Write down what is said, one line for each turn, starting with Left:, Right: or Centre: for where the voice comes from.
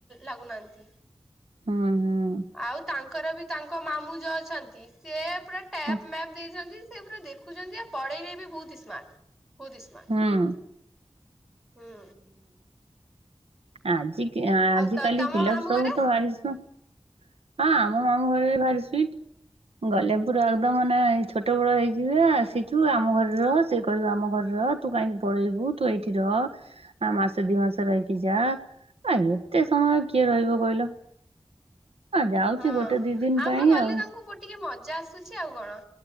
Centre: ଲାଗୁନାହାନ୍ତି।
Right: ହଁ ହଁ।
Centre: ଆଉ ତାଙ୍କର ବି ତାଙ୍କ ମାମୁଁ ଯୋଉ ଅଛନ୍ତି ସେ ପୁରା ଟ୍ୟାପ୍
Right: ହୁଁ
Centre: ମ୍ୟାପ୍ ଦେଇଛନ୍ତି। ସେ ପୁରା ଦେଖୁଛନ୍ତି ଯେ ପଢେଇଲେ ବି ବହୁତ ସ୍ମାର୍ଟ। ବହୁତ୍ ହି ସ୍ମାର୍ଟ
Right: ହୁଁ
Centre: ହୁଁ।
Right: ଆଜି କି ଆଜିକାଲି
Centre: ଆଉ ତମ
Right: ପିଲା
Centre: ମାମୁଁ
Right: ସବୁ
Centre: ଘରେ
Right: ତ <unintelligible> ହଁ ଆମ ମାମୁଁ ଘରେ ଭାରି ସ୍ଵିଟ। ଗଲେ ପୁରା ଏକଦମ ମାନେ ଛୋଟ ବେଳ ହେଇଯିବ ଆସିଛୁ ଆମ ଘରେ ରହ ସେ କହିବ ଆମ ଘରେ ରହ। ତୁ କାହିଁକି ପଳେଇବୁ ତୁ ଏଇଠି ରହ। ଆ ମାସେ ଦି ମାସ ରହିକି ଯାଆ ଆ ଏତେ ସମୟ କିଏ ରହିବ କହିଲ। ଯାଉଛି
Centre: ହଁ
Right: ଗୋଟେ ଦି ଦିନ
Centre: ଆମେ
Right: ପାଇଁ
Centre: ଗଲେ
Right: ଆଉ।
Centre: ତାଙ୍କୁ ବ ଟିକେ ମ ଜା ଆସୁଛି ଆଉ କଣ